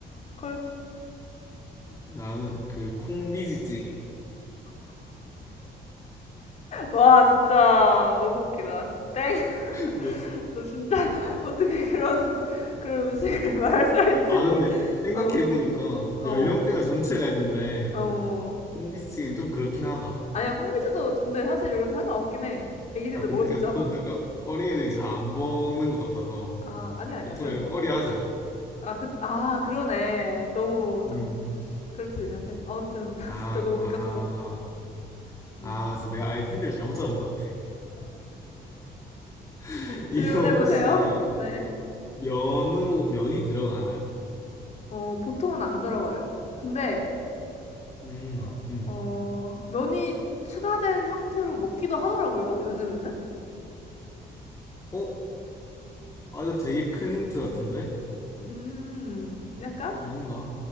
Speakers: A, on the left (about 40°); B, on the left (about 20°).
A: 콜.
B: 나는 그 콩비지찌개.
A: 와, 진짜 너무 웃기다. 땡.
B: 너-
A: 너 진짜 <laughs> 어떻게 그런 그런 음식을 <laughs> 말할 수가 있지?
B: 아, 근데 생각해보니까
A: 어, 어,
B: 연령대가 전체라 했는데
A: 어. 어.
B: 콩비지찌개는 좀 그렇긴 하다.
A: 아니야, 콩비지도 근데 사실 이런 거 상관없긴 해. 애기들도
B: 아, 근데
A: 먹을 수 있잖아.
B: 보통 약간 어린애들이 잘 안 먹는 것 같아서
A: 아, 아니야, 아니야.
B: 보통
A: 그래도
B: 약간
A: 거,
B: 꺼리하지 않아?
A: 아, 그, 아, 그러네. 너무
B: 음.
A: 좀 그럴 수 있는데. 아무튼 <laughs>
B: 아,
A: 진짜 너무
B: 아,
A: 웃겼어. 음.
B: 아, 저 내가 아예 핀들을 잘못 잡은 것 같아. <laughs>
A: 질문해
B: 이거 혹시
A: 보세요. 네.
B: 면으로, 면이 들어가나요?
A: 어, 보통은 안 들어가요. 근데
B: 음,
A: 어,
B: 음.
A: 어, 면이 추가된 형태로 먹기도 하더라고요, 요즘에는.
B: 어? 아, 이거 되게 큰 힌트 같은데?
A: 음, 약간?
B: 아닌가?